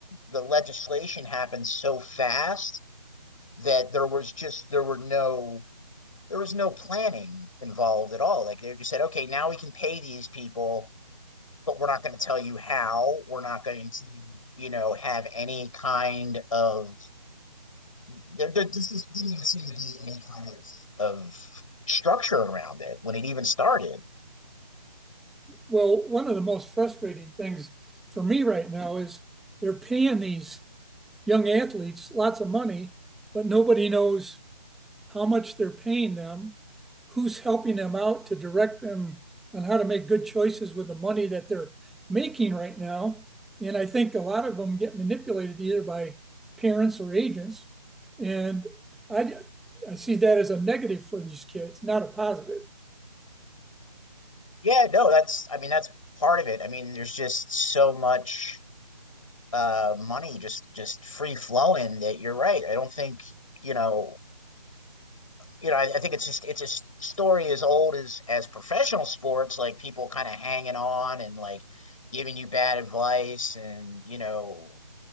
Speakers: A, on the left; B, in the centre.
A: the legislation happened so fast that there was just there were no there was no planning involved at all. Like they just said, okay, now we can pay these people but we're not going to tell you how. We're not going to, you know, have any kind of. There, there, this didn't even seem to be any kind of of structure around it when it even started.
B: Well, one of the most frustrating things for me right now is they're paying these young athletes lots of money, but nobody knows how much they're paying them, who's helping them out to direct them on how to make good choices with the money that they're making right now. And I think a lot of them get manipulated either by parents or agents. And I, I see that as a negative for these kids, not a positive.
A: Yeah, no, that's. I mean, that's part of it. I mean, there's just so much uh money just just free flowing that you're right. I don't think you know you know, I, I think it's just it's a story as old as as professional sports, like people kind of hanging on and like giving you bad advice and you know,